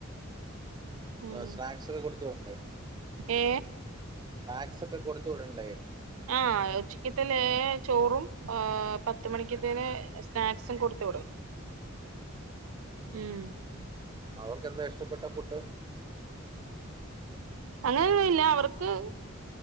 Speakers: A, on the right; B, on the right.
A: ഉം
B: ആ സ്നാക്സൊക്കെ കൊടുത്തുവിടണ്ടേ
A: ഏ
B: സ്നാക്സൊക്കെ കൊടുത്തു വിടണ്ടേ
A: ആ ഉച്ചക്കത്തിന് ചോറും പത്തു മണിക്കത്തേന് സ്നാക്സും കൊടുത്തുവിടും ഉം
B: അവർക്കെന്താ ഇഷ്ടപ്പെട്ട ഫുഡ്
A: അങ്ങനെയൊന്നുല്ല അവർക്ക്